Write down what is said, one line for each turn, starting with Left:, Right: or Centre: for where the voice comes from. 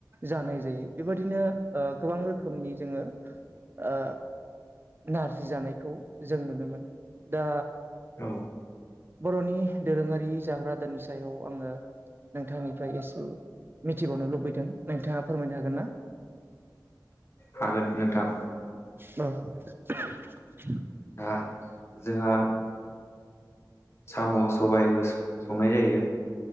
Right: जानाय जायो बेबादिनो ओ गोबां रोखोमनि जोङो ओ नारजि जानायखौ जों नुनो मोनो दा
Left: औ
Right: बर'नि दोरोङारि जाग्रा दोननि सायाव आङो नोंथांनिफ्राय एसे मिथिबावनो लुबैदों नोंथाङा फोरमायनो हागोन ना बे
Left: हागोन नोंथां
Right: औ
Left: दा जोंहा साम' सबायबो संनाय जायो